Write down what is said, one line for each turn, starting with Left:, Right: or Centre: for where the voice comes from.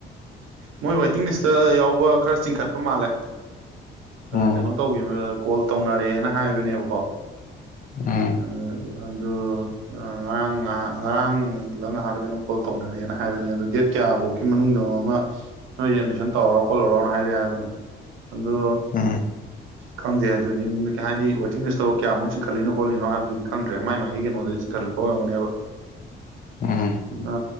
Right: ꯃꯣꯏ ꯋꯦꯇꯤꯡ ꯂꯤꯁꯇ ꯌꯥꯎꯕ ꯈꯔ ꯆꯤꯡꯈꯠꯄ ꯃꯥꯜꯂꯦ
Left: ꯎꯝ
Right: ꯀꯩꯅꯣ ꯇꯧꯒꯦ ꯀꯣꯜ ꯇꯧꯅꯔꯦꯅ ꯍꯥꯏꯕꯅꯦꯕꯀꯣ
Left: ꯎꯝ
Right: ꯑꯗꯨ ꯑꯗꯨ ꯉꯔꯥꯡ ꯉꯔꯥꯡ ꯂ ꯉꯍꯟꯂ ꯀꯩꯅꯣ ꯀꯣꯜ ꯇꯧꯅꯔꯦꯅ ꯍꯥꯏꯕꯅꯤ ꯑꯗꯨꯣ ꯗꯦꯠꯀꯤ ꯀꯌꯥꯐꯧꯀꯤ ꯃꯅꯨꯡꯗꯅꯣ ꯑꯃ ꯅꯣꯏꯁꯦ ꯑꯦꯗꯃꯤꯁꯟ ꯇꯧꯔꯣ ꯈꯣꯠꯂꯧꯅ ꯍꯥꯏꯔꯛꯑꯦ ꯍꯥꯏꯕꯅꯤ ꯑꯗꯨ
Left: ꯎꯝ
Right: ꯈꯪꯗꯦ ꯑꯗꯨꯗꯤ ꯍꯥꯏꯗꯤ ꯋꯦꯇꯤꯡ ꯂꯤꯁꯇꯣ ꯀꯌꯥꯃꯨꯛ ꯆꯤꯡꯈꯠꯂꯤꯅꯣ ꯈꯣꯠꯂꯤꯅꯣ ꯍꯥꯏꯕꯗꯨꯗꯤ ꯈꯪꯗ꯭ꯔꯦ ꯃꯥꯏ ꯃꯥꯏꯒꯤ ꯀꯩꯅꯣꯗ ꯆꯤꯡꯈꯠ ꯍꯂꯄ <unintelligible> ꯑꯣꯏꯔꯝꯒꯅꯦꯕ
Left: ꯎꯝ
Right: ꯑ